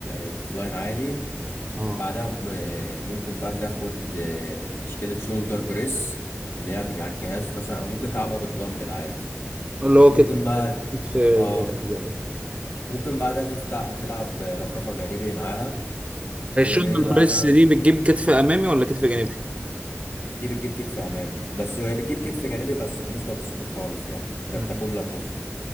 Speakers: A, on the left; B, on the right.
A: انكلاين عادي
B: اه
A: وبعدها آه، ممكن بقى تاخد آه، تشكيلة شولدر بريس اللي هي بج- على الجهاز مثلا او ممكن تلعبها بالدمبل عادي
B: اللي هو
A: وممكن
B: كتف
A: بقى
B: كتف جانبي
A: اه
B: يعني
A: ممكن بعدها تفتح هتلعب رفرفة جانبي معاها وبعدها
B: البريس دي بتجيب كتف امامي ولا كتف جانبي
A: دي بتجيب كتف امامي بس هي بتجيب كتف جانبي بس بنسبة بسيطة خالص يعني قد
B: مم.
A: تكون لا تحصى